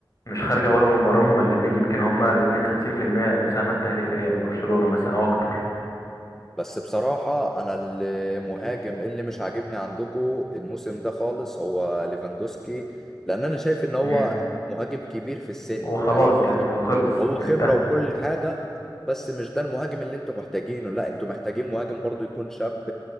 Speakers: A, on the left; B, in the centre.
A: مش خارجه بره من برامج هما الاتنين يمكن هما الاتنين 50% مساهمات تهديفيه لبرشلونه مثلا او اكتر
B: بس بصراحة أنا المهاجم اللي مش عاجبني عندكو الموسم ده خالص هو ليفاندوسكي لأن أنا شايف إن هو
A: مم.
B: مهاجم كبير في السن
A: هو خلاص
B: يعني هو خبرة
A: يعني هو خلص
B: هو
A: انتهى
B: خبرة وكل حاجة بس مش ده المهاجم اللي أنتوا محتاجينه لا أنتوا محتاجين مهاجم برضو يكون شاب